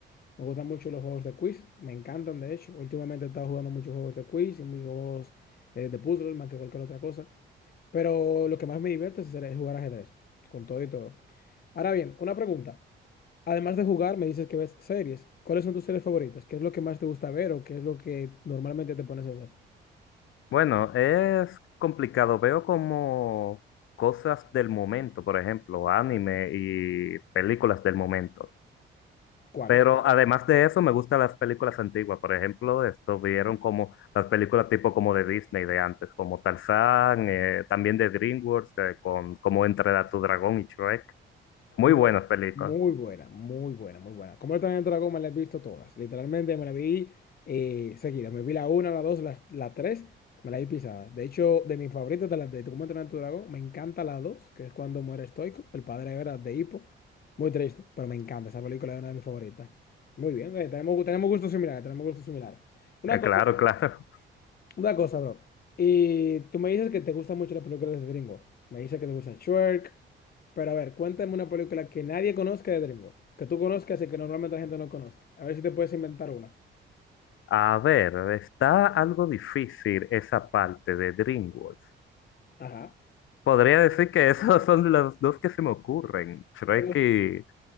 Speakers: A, on the left; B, on the left.
A: me gustan mucho los juegos de quiz, me encantan de hecho. Últimamente he estado jugando muchos juegos de quiz y muchos juegos eh, de puzzle más que cualquier otra cosa. Pero lo que más me divierte es hacer- es jugar ajedrez, con todo y todo. Ahora bien, una pregunta. Además de jugar, me dices que ves series. ¿Cuáles son tus series favoritas? ¿Qué es lo que más te gusta ver o qué es lo que normalmente te pones a hacer?
B: Bueno, es complicado. Veo como cosas del momento, por ejemplo, anime y películas del momento.
A: ¿Cuáles?
B: Pero además de eso, me gustan las películas antiguas. Por ejemplo, esto vieron como las películas tipo como de Disney de antes, como Tarzán, eh, también de DreamWorks, eh, con Cómo entrenar a tu dragón y Shrek. Muy
A: Muy,
B: buenas películas.
A: muy buena, muy buena, muy buena. Como yo también Dragón me la he visto todas. Literalmente me la vi eh, seguida. Me vi la una, la dos, la, la tres, me la vi pisadas. De hecho, de mis favoritas de las de Cómo entrenar a tu dragón, me encanta la dos, que es cuando muere Stoico, el padre de Vera de Hippo. Muy triste, pero me encanta. Esa película es una de mis favoritas. Muy bien, eh, tenemos, tenemos gustos similares, tenemos gustos similares. Una
B: Eh,
A: cosa.
B: claro, <laughs> claro.
A: Una cosa, bro. Y tú me dices que te gustan mucho las películas de DreamWorks. Me dices que te gusta Shrek. Pero a ver, cuéntame una película que nadie conozca de DreamWorks. Que tú conozcas y que normalmente la gente no conozca. A ver si te puedes inventar una.
B: A ver, está algo difícil esa parte de DreamWorks.
A: Ajá.
B: Podría decir que <laughs> esos son los dos que se me ocurren, Shrek
A: Solo-
B: y